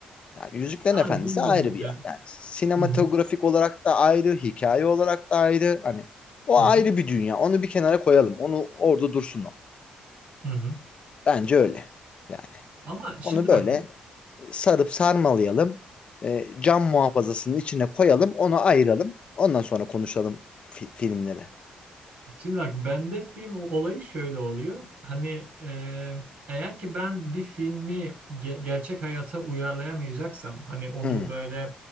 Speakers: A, on the left; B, on the right.
A: Yani Yüzüklerin
B: Abi
A: Efendisi
B: bilmiyorum
A: ayrı bir
B: ya.
A: yer. Yani sinematografik
B: Hı hı,
A: olarak da ayrı, hikaye olarak da ayrı. Hani o
B: hı
A: ayrı
B: hı,
A: bir dünya. Onu bir kenara koyalım. Onu orada dursun o.
B: hı hı.
A: Bence öyle. Yani
B: Ama şimdi
A: onu böyle
B: bak
A: e, sarıp sarmalayalım. E, cam muhafazasının içine koyalım. Onu ayıralım. Ondan sonra konuşalım fi- filmleri.
B: Şimdi bak bende film o olayı şöyle oluyor. Hani e, eğer ki ben bir filmi ge- gerçek hayata uyarlayamayacaksam hani onu
A: Hı,
B: böyle